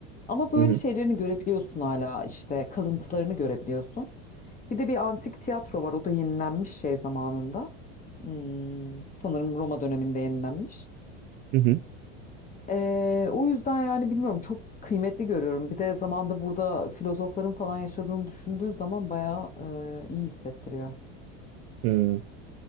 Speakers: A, on the left; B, on the right.
A: Ama böyle
B: Hı hı.
A: şeylerini görebiliyorsun hala işte kalıntılarını görebiliyorsun. Bir de bir antik tiyatro var. O da yenilenmiş şey zamanında. Hmm, sanırım Roma döneminde yenilenmiş.
B: Hı hı.
A: Ee, o yüzden yani bilmiyorum çok kıymetli görüyorum. Bir de zamanda burada filozofların falan yaşadığını düşündüğün zaman bayağı e, iyi hissettiriyor.
B: Hı.